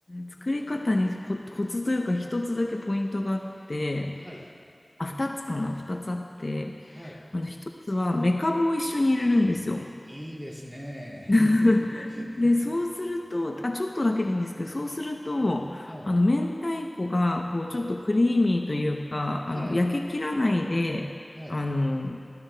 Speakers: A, on the left; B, on the right.
A: 作り方にコ、コツというか、一つだけポイントがあって、
B: はい。
A: あ、二つかな、二つあって、
B: はい。
A: あの、一つは、めかぶを一緒に入れるんですよ。
B: いいですね。
A: <laughs>
B: <laughs>
A: で、そうすると、あ、ちょっとだけでいいんですけど、そうすると、
B: はい、
A: あの、明太子が、こう、
B: はい、
A: ちょっとクリーミーというか、あの、
B: はい、
A: 焼けきらないで、
B: はい。
A: あの、